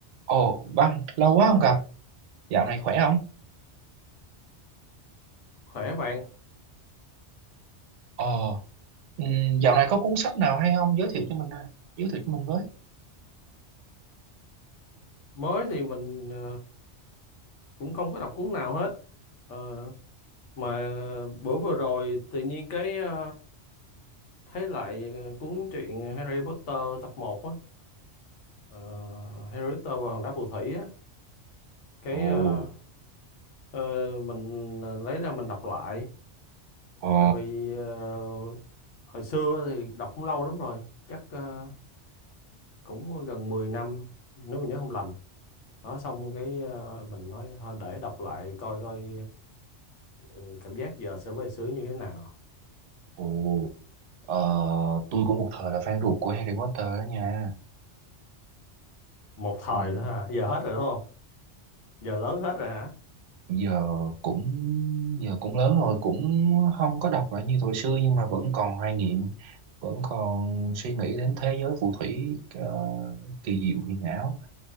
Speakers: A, on the right; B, on the left.
A: Ồ, Văn, lâu quá không gặp. Dạo này khỏe không?
B: khỏe bạn
A: Ồ, ừm, dạo này có cuốn sách nào hay không? Giới thiệu cho mình, à. giới thiệu cho mình với.
B: mới thì mình ờ, cũng không có đọc cuốn nào hết Ờ, mà bữa vừa rồi tự nhiên cái ờ, thấy lại ờ, cuốn truyện Harry Potter tập một á Ờ, Harry Potter và Hòn đá phù thủy á cái
A: Ồ,
B: ờ, ờ, mình ờ, lấy ra mình đọc lại
A: ồ,
B: tại vì ờ, hồi xưa thì đọc cũng lâu lắm rồi chắc ờ, cũng gần 10 năm nếu mình nhớ không lầm đó xong cái ờ, mình nói thôi để đọc lại coi coi Ừ, cảm giác giờ so với xưa như thế nào
A: ồ, ờ, tôi cũng một thời là fan ruột của Harry Potter đó nha.
B: một thời
A: Ừm,
B: thôi hả giờ hết rồi đúng không giờ lớn hết rồi hả
A: giờ cũng giờ cũng lớn rồi, cũng không có đọc lại như thời xưa nhưng mà vẫn còn hoài niệm, vẫn còn suy nghĩ đến thế giới phù thủy ờ, kỳ diệu huyền ảo.